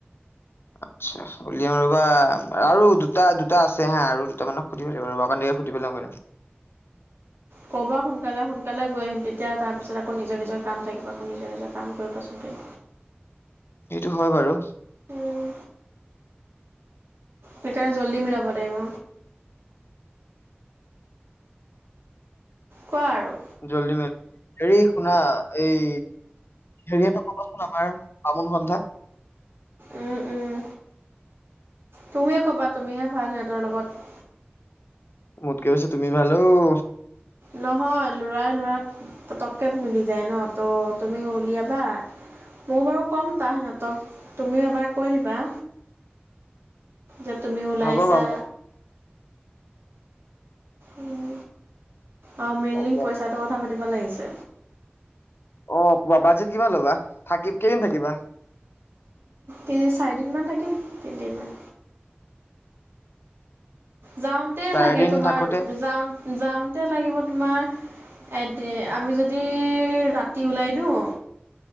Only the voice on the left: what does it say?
আচ্ছা উলিয়াম ৰবা আৰু দুটা দুটা আছে হা আৰু দুটা মানক সুধিব লাগিব ৰবা অকমান দেৰিকে সুধি পেলাম
এইটো হয় বাৰু
জল্দি মি হেৰি শুনা এই হেৰি এটা কবাচোন আমাৰ বামুণ সন্থাক
মোতকে বেছি তুমি ভালো ও
হ'ব বাৰু মই
কম কম।
অ' পুৱা বাজেট কিমান ল'বা থাকি কেইদিন থাকিবা
চাৰিদিন
থাকোতে